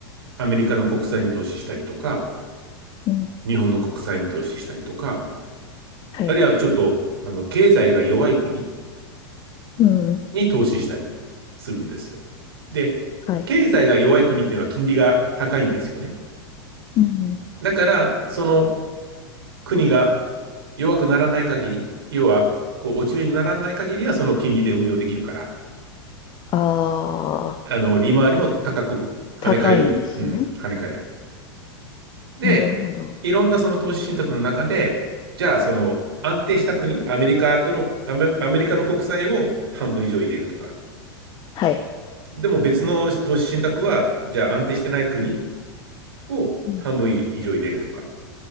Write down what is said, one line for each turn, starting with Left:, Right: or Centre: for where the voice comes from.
Right: アメリカの国債に投資したりとか、
Left: うん。
Right: 日本の国債に投資したりとか、
Left: はい。
Right: あるいはちょっと、あの、経済が弱い国
Left: うん。
Right: に投資したりするんですよ。で、
Left: はい。
Right: 経済が弱い国っていうのは金利が高いんですよね。
Left: うん。
Right: だから、その国が弱くならない限り、要は、こう、落ち目にならない限りは、その金利で運用できるから、
Left: ああ、
Right: あの、利回りも高く跳ね返る、
Left: 高いんですね。
Right: うん、跳ね返る。で、
Left: なるほど。
Right: いろんなその投資信託の中で、じゃあ、その、安定した国、アメリカとの、アメ、アメリカの国債を半分以上入れるとか、
Left: はい。
Right: でも別の投資信託は、じゃあ安定してない国を半分以上入れるとか、
Left: うん。